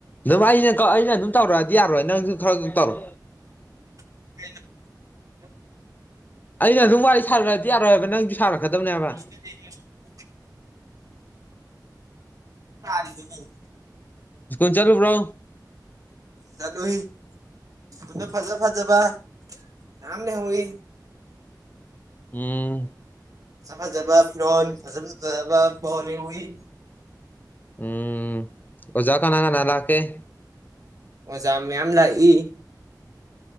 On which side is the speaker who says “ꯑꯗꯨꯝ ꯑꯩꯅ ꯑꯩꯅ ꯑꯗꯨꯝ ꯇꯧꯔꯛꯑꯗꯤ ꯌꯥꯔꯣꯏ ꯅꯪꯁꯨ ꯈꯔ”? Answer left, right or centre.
Left